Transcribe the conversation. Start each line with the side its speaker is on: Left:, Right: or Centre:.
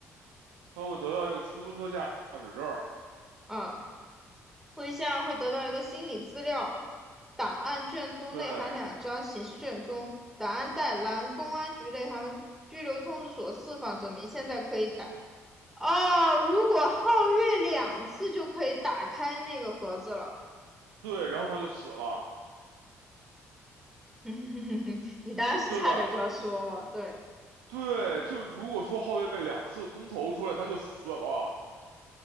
Right: 他会得到一个出租车驾驶证儿
Centre: 嗯，魏仙儿会得到一个心理资料档案卷宗，
Right: 对
Centre: 内含两张刑事卷宗，档案袋蓝公安局内含拘留通知所释放证明，现在可以打。哦，如果皓月两次就可以打开那个盒子了。
Right: 对，然后他就死了，
Centre: <laughs> 你当时差点就要说了，
Right: 对吧？
Centre: 对
Right: 对，就如果说皓月被两次公投出来，他就死了。